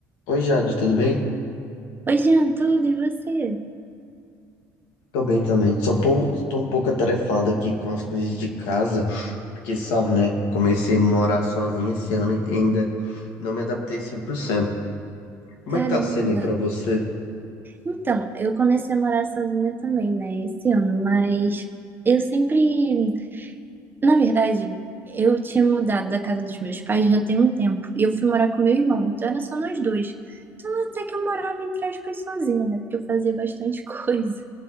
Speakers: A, on the left (about 80°); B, on the right (about 25°).
A: Oi, Jade, tudo bem?
B: Oi, Jean, tudo e você?
A: Tô bem também. Só pou- tô um pouco atarefado aqui com as coisas de casa, porque sabe, né? Comecei a morar sozinho esse ano e ainda não me adaptei 100%. Como
B: Caramba!
A: é que tá sendo aí pra você?
B: Então, eu comecei a morar sozinha também, né, esse ano, mas eu sempre. Na verdade, eu tinha mudado da casa dos meus pais já tem um tempo, e eu fui morar com meu irmão, então era só nós dois. Então, até que eu morava, entre aspas, sozinha, né, porque eu fazia bastante <laughs> coisa.